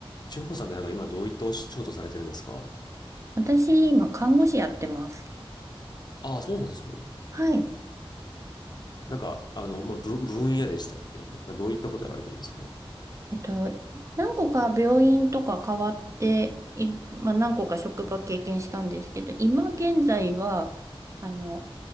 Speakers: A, on the left; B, on the right.
A: 志保さんってなんか今どういったお仕事されてるんですか
B: 私、今、看護師やってます。
A: ああ、そうなんですね。
B: はい。
A: なんか、あの、まあ、ぶ分野でしたっけなんかどういったことやられてるんですかね
B: えっと、何個か病院とか変わって、い、まあ、何個か職場経験したんですけど、今現在は、あの、